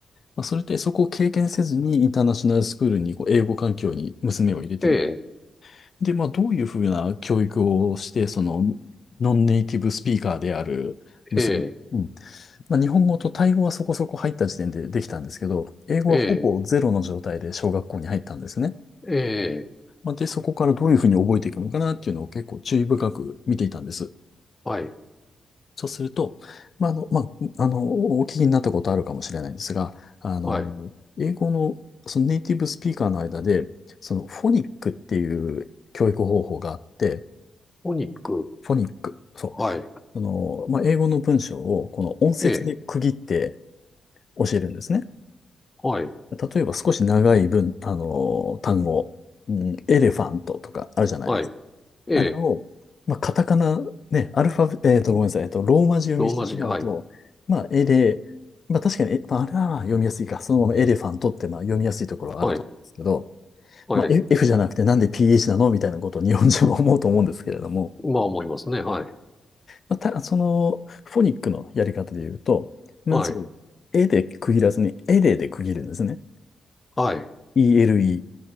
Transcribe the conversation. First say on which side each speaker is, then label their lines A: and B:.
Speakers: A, on the left (about 55°); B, on the left (about 25°).
A: まあ、それでそこを経験せずにインターナショナルスクールにこう英語環境に娘を入れてみ。
B: ええ、
A: で、まあ、どういうふうな教育をして、その、ノンネイティブスピーカーである娘、
B: ええ、
A: うん。まあ、日本語とタイ語はそこそこ入った時点でできたんですけど、英語はほぼゼロの状態で小学校に入ったんですね。
B: ええええ、
A: まあ、で、そこからどういうふうに覚えていくのかなっていうのを結構注意深く見ていたんです。
B: はい、
A: そうすると、まあ、あの、まあ、あの、お聞きになったことあるかもしれないんですが、あの、
B: はい。
A: 英語の、そのネイティブスピーカーの間で、そのフォニックっていう教育方法があって、
B: お肉、
A: フォニック、そ
B: はい、
A: う、あの、まあ、英語の文章をこの音節で区切って
B: ええ、
A: 教えるんですね。
B: はい、
A: 例えば少し長い文、あの、単語、うん、エレファントとかあるじゃない
B: はい、ええ、
A: あれを、まあ、カタカナ、ね、アルファベ、えっと、ごめんなさい、えっと、ローマ字読みしてしまうと、
B: ローマ字、はい、
A: まあ、エレ、まあ、確かに、えまあ、あれは読みやすいか、そのままエレファントって、まあ、読みやすいところはあると思うんですけど、
B: はい、はい。
A: まあ、F F じゃなくてなんで PH なのみたいなことを日本人は思うと思うんですけれども、
B: まあ思いますね。はい、
A: まあ、た、その、フォニックのやり方で言うと、まず、
B: はい、
A: エで区切らずに、エレで区切るんですね。
B: はい、
A: ELE。